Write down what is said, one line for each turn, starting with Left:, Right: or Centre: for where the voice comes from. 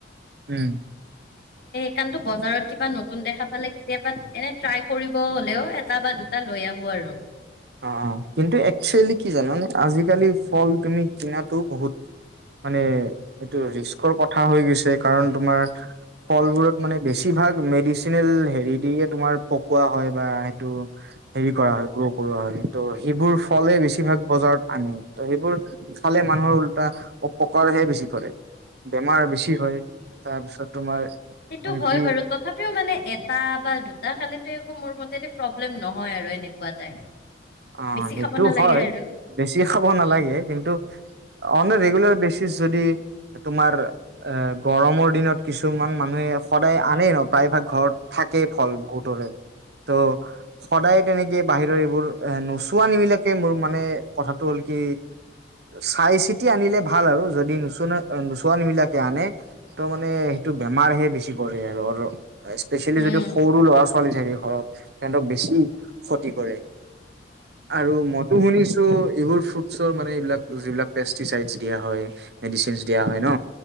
Right: উম
Left: কাৰণটো বজাৰত কিবা নতুন দেখা পালে কেতিয়াবা এনে ট্ৰাই কৰিব হলেও এটা বা দুটা লৈ আহো আৰু
Right: অ অ কিন্তু একচুৱেলি কি জাননে আজিকালি ফল তুমি কিনাতো বহুত মানে এইটো ৰিস্কৰ কথা হৈ গৈছে, কাৰণ তোমাৰ ফলবোৰত মানে বেছিভাগ মেডিচিনেল হেৰি দি, তোমাৰ পকোৱা হয় বা সেইটো হেৰি কৰা হয় গ্ৰ কৰোৱা হয় ত' সেইবোৰ ফলে বেছিভাগ বজাৰত আনে ত' সেইবোৰ ফালে মানুহৰ উল্টা অপকাৰহে বেছি কৰে। বেমাৰ বেছি হয়, তাৰপিছত তোমাৰ
Left: সেইটো
Right: আনকি
Left: হয় বাৰু তথাপিওঁ মানে এটা বা দুটা খালেতো একো মোৰ মতে প্ৰব্লেম নহয় আৰু এনেকুৱা টাইপ।
Right: অহ
Left: বেছি
Right: সেইটো
Left: খাব নালাগে
Right: হয়,
Left: আৰু
Right: বেছি খাব নালাগে। কিন্তু অনেক ৰেগুলাৰ বেছি <unintelligible> যদি তোমাৰ এ গৰমৰ দিনত কিছুমান মানুহে সদায় আনেই নপায় প্ৰাই ভাগ ঘৰত থাকেই ফল বহুতৰে ত' সদায় তেনেকে বাহিৰৰ এইবোৰ এ নোচোৱা নেমেলাকে মোৰ মানে কথাটো হ'ল কি চাই চিতি আনিলে ভাল আৰু যদি নোচৱা নোচোৱানবিলাকে আনে ত মানে সেইটো বেমাৰহে বেছি কৰে আৰু আৰু স্পেচিয়েলি
Left: উম,
Right: যদি সৰু ল'ৰা ছোৱালী থাকে ঘৰত তেহেতক বেছি ক্ষতি কৰে। আৰু মইতো শুনিছো এইবোৰ মানে এইবিলাক যিবিলাক পেষ্টি চাইজ <unintelligible> দিয়া হয় মেডিচিন দিয়া হয় ন